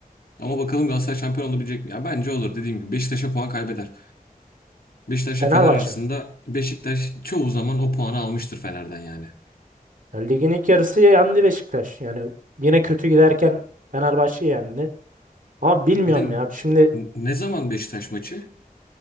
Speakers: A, on the left; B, on the right.
A: Ama bakalım Galatasaray şampiyon olabilecek mi? Ya bence olur dediğim gibi. Beşiktaş'a puan kaybeder. Beşiktaş'la
B: Fenerbahçe
A: Fener arasında
B: mi?
A: Beşiktaş çoğu zaman o puanı almıştır Fener'den yani.
B: Ya ligin ilk yarısı yendi Beşiktaş. Yani yine kötü giderken Fenerbahçe yendi. Ama bilmiyorum
A: Bir de n-
B: ya. Şimdi
A: ne zaman Beşiktaş maçı?